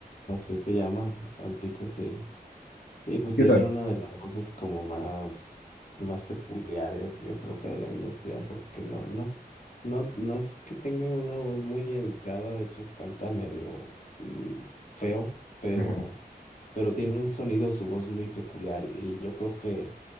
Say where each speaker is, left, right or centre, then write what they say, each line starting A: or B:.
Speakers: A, on the left; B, on the left.
A: así se llama al tipo, sí. Y pues
B: ¿Qué
A: tiene
B: tal?
A: una de las voces como más, más peculiares, yo creo que de la industria, porque no, no, no, no es que tenga una voz muy educada, de hecho canta medio mm, feo, pero,
B: Ujú,
A: pero tiene un sonido, su voz muy peculiar, y, y yo creo que